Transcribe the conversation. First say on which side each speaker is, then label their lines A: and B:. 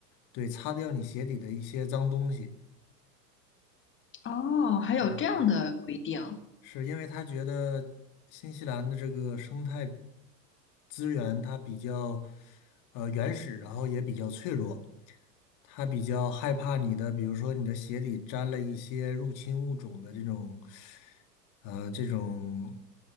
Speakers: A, on the left (about 40°); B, on the left (about 25°).
A: 对，擦掉你鞋底的一些脏东西。
B: 哦，还有这样的规定，
A: 对是因为他觉得新西兰的这个生态资源它比较呃原始，然后也比较脆弱，他比较害怕你的，比如说你的鞋底沾了一些入侵物种的这种呃这种，